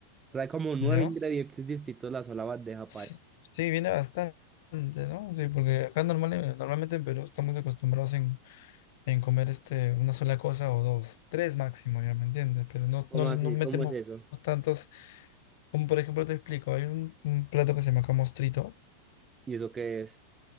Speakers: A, on the right (about 20°); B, on the left (about 50°).
A: trae como nueve
B: ¿Yo?
A: ingredientes distintos la sola bandeja
B: S-
A: paisa.
B: Sí, viene bastante, ¿no? Sí, porque acá normal- eh, normalmente en Perú estamos acostumbrados en, en comer este, una sola cosa o dos. Tres máximo, ya me entiendes. Pero no,
A: ¿Cómo
B: no, no
A: así?
B: metemos
A: ¿Cómo es eso?
B: tantos. Como por ejemplo te explico, hay un, un plato que se llama acá mostrito.
A: ¿Y eso qué es?